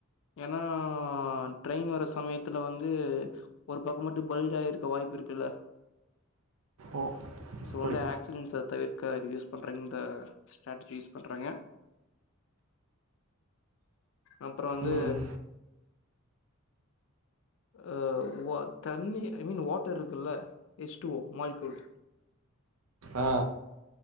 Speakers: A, on the left; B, on the right.
A: ஏன்னா ட்ரெயின் வர சமயத்துல வந்து ஒரு பக்கம் மட்டும் பல்ட் ஆயிருக்க வாய்ப்பு இருக்குலே.
B: ஓ
A: சோ
B: அப்டி
A: வந்து ஆக்சிடன்ட்ஸ தவிர்க்க <unintelligible> பண்ற இந்த ஸ்டாட்டர்ஜி யூஸ் பண்றாங்க. அப்புறம் வந்து.
B: ம்
A: அஹ் வ தண்ணி ஐ மீன் வாட்டர் இருக்குல்ல எஸ் டு வோ மால்கூல்.
B: ஆ